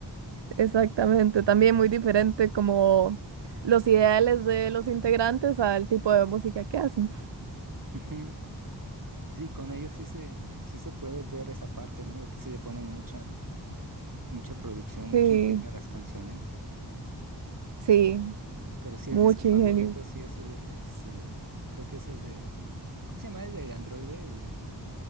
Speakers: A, on the right; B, on the right.
A: Exactamente. También muy diferente como los ideales de los integrantes al tipo de música que hacen.
B: Ujú. Sí, con ellos sí se, sí se puede ver esa parte, ¿no? De que sí le ponen mucha, mucha producción, mucho
A: Sí,
B: ingenio a las canciones.
A: sí,
B: Pero sí, el
A: mucho
B: disco favorito
A: ingenio.
B: sí es el, este, creo que es el de, ¿cómo se llama el del androide? El